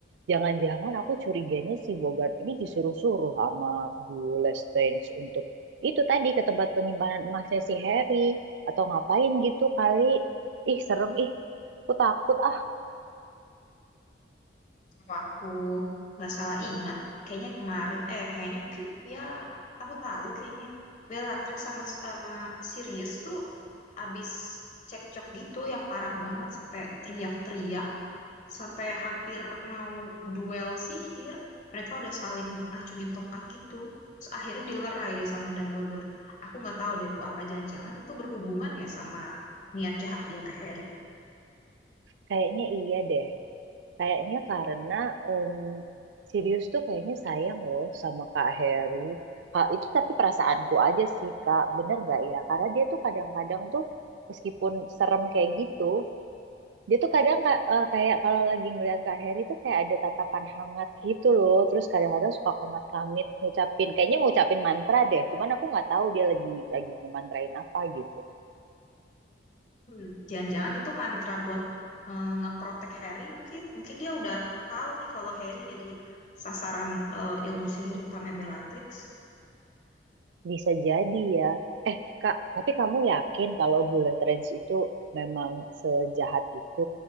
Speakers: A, on the right (about 70°); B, on the left (about 40°).
A: Jangan-jangan aku curiganya si Bogart ini disuruh-suruh sama Bu Lestrange untuk itu tadi ke tempat penyimpanan emasnya si Harry. Atau ngapain gitu kali. Ih, serem ih. Aku takut ah.
B: kalau aku nggak salah ingat kayaknya kemarin eh kayaknya mungkin ya tahun lalu kayaknya Bellatrix sama sama Sirius tuh abis cekcok gitu yang parah banget sampai teriak-teriak sampai hampir mau duel sihir, mereka udah saling acungin tongkat gitu. Terus akhirnya dilerai deh sama Dumbledore. Aku nggak tahu deh tuh apa jangan-jangan itu berhubungan ya sama niat jahat dia ke Harry.
A: Kayaknya iya deh. Kayaknya karena em, Sirius tuh kayaknya sayang loh sama Kak Harry. Kak, itu tapi perasaanku aja sih Kak, bener nggak ya? Karena dia tuh kadang-kadang tuh meskipun serem kayak gitu, dia tuh kadang ka- eh, kayak kalau lagi ngeliat Kak Harry tuh kayak ada tatapan hangat gitu loh. Terus kadang-kadang suka komat-kamit ngucapin, kayaknya ngucapin mantra deh. Cuman aku nggak tahu dia lagi lagi ngemantrain apa gitu.
B: Hmm, jangan-jangan itu mantra buat eh, ngeprotek Harry mungkin. Mungkin dia udah tahu nih kalau Harry jadi sasaran eh, ilmu sihir hitamnya Bellatrix.
A: Bisa jadi ya. Eh, Kak, tapi kamu yakin kalau Bullet Trains itu memang sejahat itu?